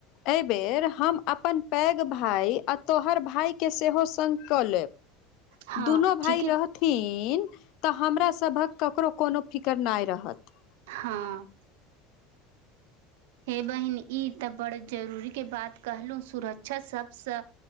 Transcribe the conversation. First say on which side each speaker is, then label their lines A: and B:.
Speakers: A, on the left; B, on the right.
A: एहि बेेर हम अपन पैघ भाय तोहर भाय के सेहो संग कऽ लेब,
B: हँ
A: दुनू
B: ठीके
A: भाइ रहत थिन तऽ हमरा सभक ककरो कोनो फिकर नहि रहत।
B: हँ। हे बहिन ई तऽ बड़ जरूरीके बात कहलहुँ सुरक्षा सबसँ